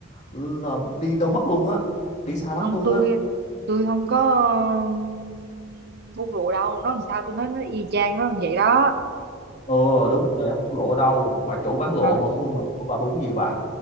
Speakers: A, on the left (about 35°); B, on the right (about 50°).
A: là đi đâu mất luôn á đi xa lắm
B: Không
A: luôn
B: tôi
A: á
B: tôi không có ừm, buông lụa đâu, nó làm sao tôi nói nó y chang nó như vậy đó.
A: ừ đúng rồi không bung lụa ở đâu bà chủ bán lụa
B: Rồi
A: mà không bung lụa bà bung cái gì bà